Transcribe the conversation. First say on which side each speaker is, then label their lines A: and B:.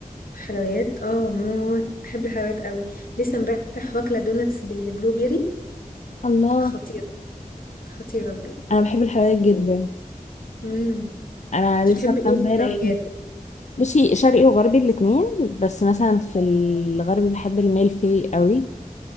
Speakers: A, on the left (about 80°); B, on the left (about 55°).
A: حلويات. اه موت بحب الحلويات قوي لسه امبارح واكله دوناتس بالبلو بيري
B: الله
A: خطيره خطيره بجد
B: انا بحب الحلويات جدا
A: مم.
B: انا
A: انت بتحبي
B: لسه أكلة
A: ايه
B: امبارح
A: في الحلويات
B: بصي شرقي وغربي الاتنين بس مثلا في الغربي بحب الميلفي قوي